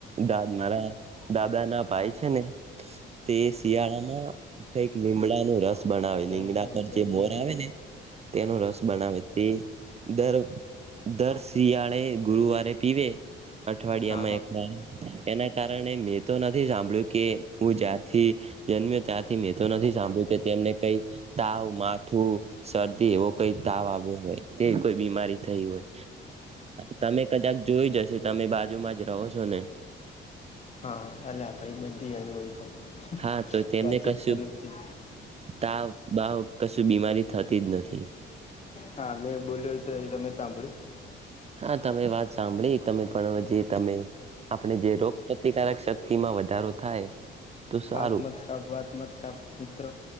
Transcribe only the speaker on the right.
દાદ મારા દાદાના ભાઈ છે, ને તે શિયાળામાં કઈક લીમડાનો રસ બનાવે
લીંગડા
પર,
જે મોર આવેને તેનો રસ બનાવે તે દર દર શિયાળે ગુરુવારે પીવે, અઠવાડિયામાં
એક વાર એના કારણે કારણે, મેં તો નથી સાંભળ્યું કે, હું જારથી જન્મ્યો ત્યાંથી મેં તો નથી, સાંભળ્યું કે તેમને કઈ તાવ, માથું, શરદી એવો કઈ તાવ આવ્યો હોય, તે કોઈ બીમારી થઈ હોય તમે કદાક જોઈ જશે, તમે બાજુમાં જ રહો છો ને
હા તો તેમને
કશું
તાવ, બાવ કશું બીમારી થતી જ નથી.
હા, તમે વાત સાંભળી, તમે પણ જે તમે આપણે જે રો પ્રતિકારક શક્તિમાં વધારો થાય. તો સારું